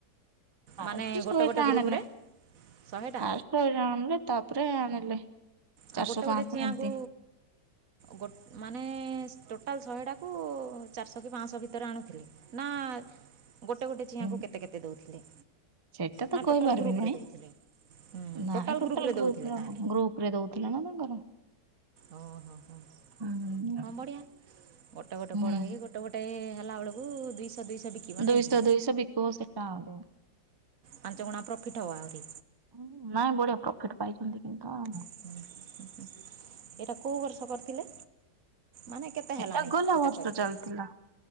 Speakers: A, on the right; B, on the right.
A: ଫାଷ୍ଟ
B: ମାନେ
A: ସ
B: ଗୋଟେ ଗୋଟେ
A: ଆଣଲେେ
B: ଗ୍ରୁପରେ ଶହେଟା?
A: ଫାଷ୍ଟ ଆଣଲ ତାପରେ ଆଣଲେ। ଚାରିଶହ
B: ଆଉ ଗୋଟେ ଗୋଟେ
A: ପାଞ୍ଚଶହ
B: ଚିଆଁକୁ
A: ଏମିତି।
B: ଗୋ ମାନେ ଟୋଟାଲ ଶହେଟାକୁ ଚାରିଶହ କି ପାଞ୍ଚଶହ ଭିତରେ ଆଣୁଥିଲି। ନା ଗୋଟେ ଗୋଟେ ଚିଆଁକୁ
A: ହୁଁ
B: କେତେ କେତେ ଦଉଥିଲେ?
A: ସେଟା
B: ନା
A: ତ କହିପାରିବି
B: ଟୋଟାଲ୍ ଗ୍ରୁପ୍ରେ
A: ନାଇଁ
B: ଦେଉଥିଲେ
A: ନାଇଁ
B: ଟୋଟାଲ୍
A: ଟୋଟାଲ
B: ଗ୍ରୁପ୍ରେ
A: ଗ୍ରୁପ
B: ଦେଉଥିଲେ
A: ର
B: ତାହେଲେ
A: ଗ୍ରୁପ ଉପରେ ଦଉଥିଲା ନା ତାଙ୍କର।
B: ଓଁ ହୋ ହୋ
A: ହୁଁ।
B: ହଁ ବଢ଼ିଆ ଗୋଟେ ଗୋଟେ
A: ହୁଁ
B: ବଡ଼ ହେଇକି ଗୋଟେ ଗୋଟ ଗୋଟେ ହେଲା ବେଳକୁ ଦୁଇଶହ ଦୁଇଶହ ବିକିବ
A: ଦୁଇଶହ
B: ନାହିଁ କି
A: ଦୁଇଶହ ବିକିବ ସେଟା ଆହୁରି
B: ପାଞ୍ଚ ଗୁଣା ପ୍ରଫିଟ୍ ହେବ ଆହୁରି
A: ହଁ ନାଇଁ ବଢିଆ ପ୍ରଫିଟ ପାଇଛନ୍ତି କିନ୍ତୁ ଆଉ
B: ହ ହୁ ଏଇଟା କେଉଁ ବର୍ଷ କରିଥିଲେ? ମାନେ କେତେ
A: ଏଇଟା
B: ହେଲାଣି
A: ଗଲା
B: ଏଟା
A: ବର୍ଷ
B: କରିକି
A: ଚାଲିଥିଲା।